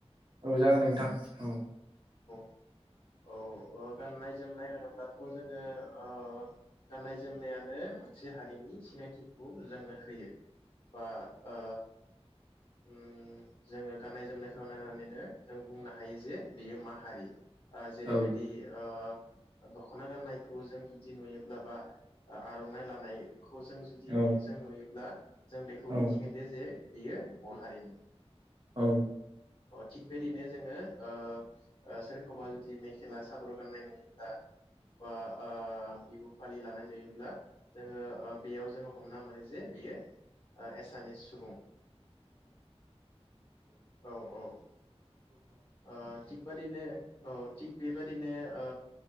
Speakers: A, on the right; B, on the left.
A: औ जागोन दे नोंथां औ।
B: औ औ गाननाय जोमनाय होनोब्लाथ' जोङो ओ गाननाय जोमनायानो मोनसे हारिनि सिनायथिखौ जोंनो होयो। बा ओ उम जोङो गाननाय जोमनायखौ नायनानैनो जों बुंनो हायो जे बेयो मा हारि ओ जेरैबायदि
A: औ
B: ओ दखना गाननायखौ जों बिदि नुयोब्ला बा आ आरनाइ लानाय खौ जों जुदि
A: औ
B: नुयो जों नुयोब्ला जों बेखौ
A: औ
B: मिथिगोन दे जे बियो बर' हारिनि
A: औ।
B: अ थिग बेदिनो जोङो ओ ओ सोरखौबा जुदि मेखेला सादर गान्नाय नुयोब्ला बा आ बिहु फालि लानाय नुयो अब्ला जोङो बेयाव जोङो हमना मोनो जे बेयो एसामिस सुबुं। औ औ ओ ओ। थिग बादिनो औ थिग बेबादिनो ओ